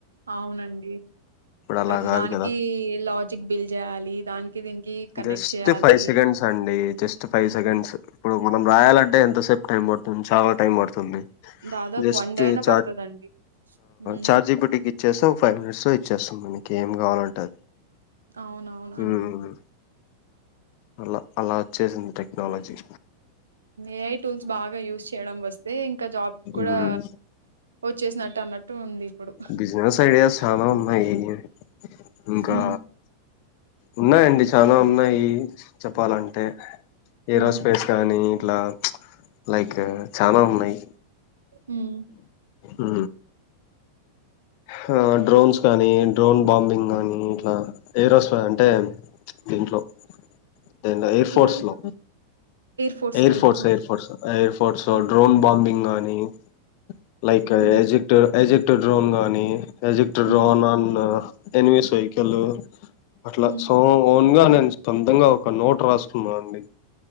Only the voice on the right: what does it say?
అవునండి
ప్రతి
దానికి
లాజిక్ బిల్డ్ చేయాలి. దానికి దీనికి కనెక్ట్
చేయాలి.
దాదాపు
వన్ డే అయినా
పడతదండి. హ్మ్.
అవునవునండి
ఏఐ టూల్స్ బాగా యూస్ చేయడం వస్తే, ఇంకా జాబ్ కూడా
వచ్చేసినట్టు అన్నట్టు. ఉంది ఇప్పుడు.
హ్మ్.
హ్మ్.
హ్మ్.
ఏ దాంట్లో?
ఫోర్స్‌లోనా?
ఆ!
ఆ!
హ్మ్.
హ్మ్.
హ్మ్.